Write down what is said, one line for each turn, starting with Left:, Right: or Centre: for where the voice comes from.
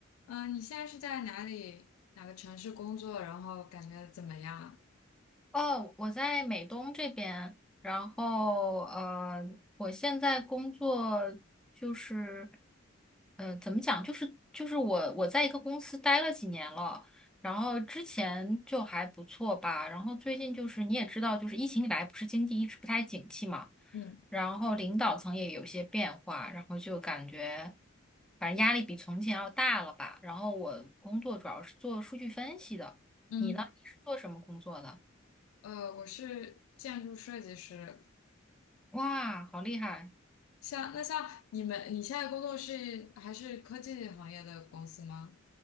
Left: 嗯，呃你现在是在哪里哪个城市工作？然后感觉怎么样啊？
Centre: 哦，我在美东这边，然后呃，我现在工作就是，嗯，怎么讲，就是就是我我在一个公司待了几年了，然后之前就还不错吧，然后最近就是你也知道，就是疫情以来不是经济一直不太景气嘛，
Left: 嗯
Centre: 然后领导层也有些变化，然后就感觉反正压力比从前要大了吧，然后我工作主要是做数据分析的，
Left: 嗯，
Centre: 你呢？你是做什么工作的？
Left: 呃，我是建筑设计师。
Centre: 哇，好厉害！
Left: 像那像你们，你现在工作是还是科技行业的公司吗？